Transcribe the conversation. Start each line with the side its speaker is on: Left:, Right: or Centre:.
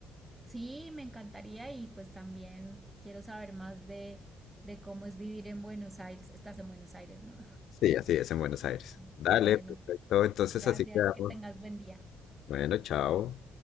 Right: Sí, me encantaría y pues también quiero saber más de, de cómo es vivir en Buenos Aires. Estás en Buenos Aires, ¿no?
Left: Sí, así es en Buenos Aires.
Right: Bueno,
Left: Dale, perfecto. Entonces
Right: gracias,
Left: así quedamos.
Right: que tengas buen día.
Left: Bueno, chao.